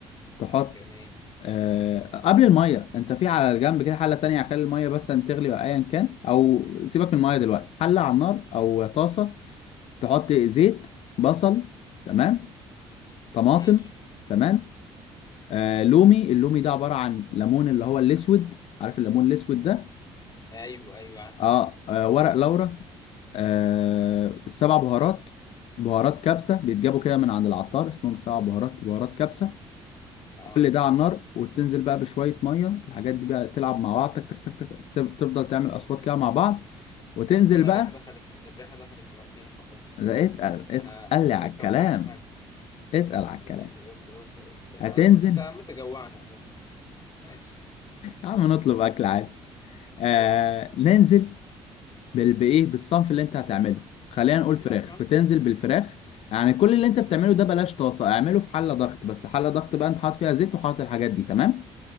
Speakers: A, on the left; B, on the left.
A: تحط
B: جميل
A: آه قبل الميه انت في على الجنب كده حله تانية خلي الميه بس أن تغلي ولا ايا كان او سيبك من الميه دلوقتي حله على النار او طاسه تحط زيت بصل تمام طماطم
B: ماشي
A: تمام آه لومي اللومي ده عبارة عن ليمون اللي هو الأسود عارف الليمون الأسود ده
B: ايوه ايوه عارف
A: آه, آه ورق لورا آه السبع بهارات بهارات كبسة بيتجابوا كده من عند العطار اسمهم السبع بهارات بهارات كبسة
B: اه
A: كل ده على النار وتنزل بقى بشوية مية الحاجات دي بقى تلعب مع بعض تك تك تك تك تف- تفضل تعمل أصوات كده مع بعض وتنزل
B: يا اسطى انا
A: بقى
B: الريحه دخلت الريحه دخلت في مناخيري خلاص
A: ده اتقل اتقل
B: انا انت
A: على
B: لسه
A: الكلام
B: ما حطيتش حاجه
A: اتقل
B: قول
A: على
B: لي
A: الكلام
B: قول لي قول لي قول لي قول لي. انا
A: هتنزل
B: بص انت عمال تجوعني عموما ماشي
A: يا عم نطلب أكل عادي آه
B: قول لي
A: ننزل بال- بايه بالصنف اللي انت هتعمله خلينا نقول فراخ
B: اللحمه
A: بتنزل بالفراخ يعني كل اللي انت بتعمله
B: آه.
A: ده بلاش طاسه اعمله في حله ضغط بس حله ضغط بقى انت حاطط فيها زيت وحاطط الحاجات دي تمام